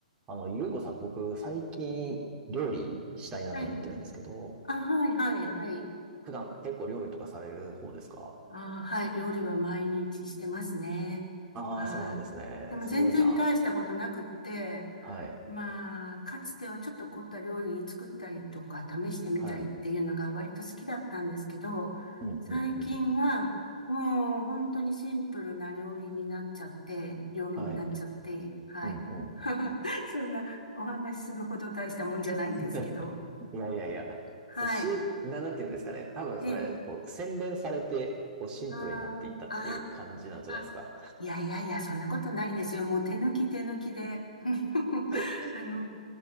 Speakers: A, on the right; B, on the left.
A: あの、ゆうこさん、僕、最近、料理したいなと思ってるんですけど、
B: はい。あ、はい、はい、はい。
A: 普段結構料理とかされる方ですか
B: あ、はい。料理は毎日してますね。
A: ああー、
B: はい。
A: そうなんですね。
B: でも全然大したことなくって、
A: すごいな。はい。
B: まあ、かつてはちょっと凝った料理作ったりとか、試してみたりっていうのが割と好きだったんですけど、
A: はい。うん、
B: 最近はもう本当にシンプルな料理になっちゃって、
A: うん、うん。
B: 料理になっちゃって、
A: はい。
B: はい。
A: うん、うん。
B: <laughs> そんなお話しするほど大したもんじゃないんですけど、
A: <laughs> いやいやいや。
B: はい。
A: し、な、なんて言うんですかね。多分それ、
B: ええ
A: こう、洗練されて、こう、シンプルになっていったっていう感じなんじゃないですか。
B: ああああいやいやいや、そんなことないですよ。もう手抜き手抜きで、<laughs>
A: <laughs>
B: あの、